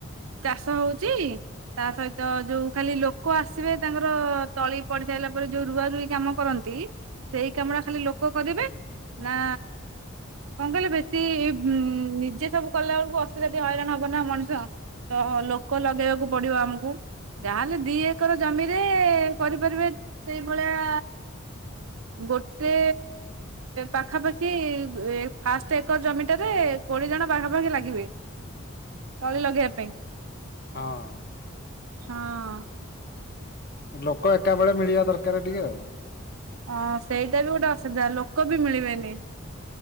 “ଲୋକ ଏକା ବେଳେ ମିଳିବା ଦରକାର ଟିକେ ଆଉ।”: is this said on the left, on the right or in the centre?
Left